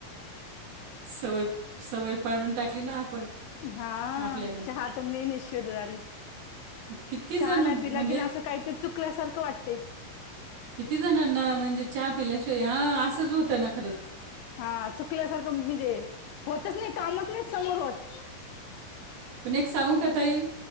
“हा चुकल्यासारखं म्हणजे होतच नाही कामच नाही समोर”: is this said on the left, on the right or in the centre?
Left